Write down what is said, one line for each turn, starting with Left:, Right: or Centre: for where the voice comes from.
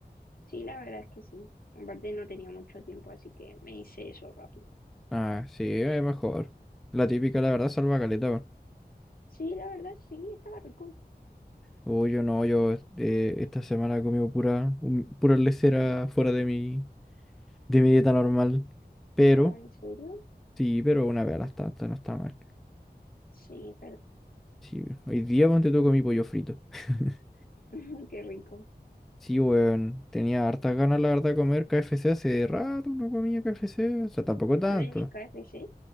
Left: Sí, la verdad es que sí. Aparte no tenía mucho tiempo, así que me hice eso rápido.
Centre: Ah, sí, es mejor. La típica, la verdad, salva caleta, weón.
Left: Sí, la verdad sí, estaba rico.
Centre: Oh, yo no, yo eh, esta semana he comido pura, un- pura lesera fuera de mi, de mi dieta normal. Pero,
Left: Oh, ¿en serio?
Centre: sí, pero una vez a las tantas no está mal.
Left: Sí,
Centre: Sí, hoy día ponte tú comí pollo frito. <laughs>
Left: <laughs> Qué rico.
Centre: Sí, weón, tenía hartas ganas, la verdad, de comer KFC. Hace rato no comía KFC, o sea, tampoco tanto.
Left: Ah, en el KFC.